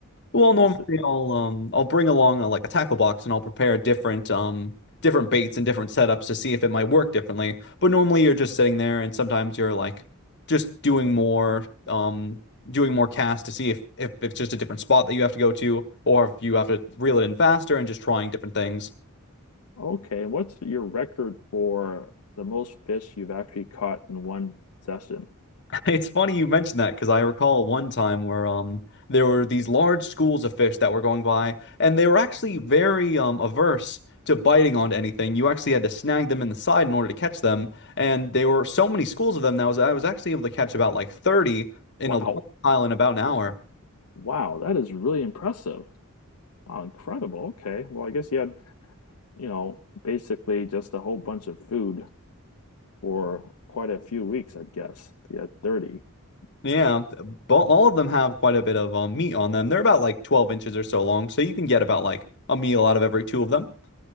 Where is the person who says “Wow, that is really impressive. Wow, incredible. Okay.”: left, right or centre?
Left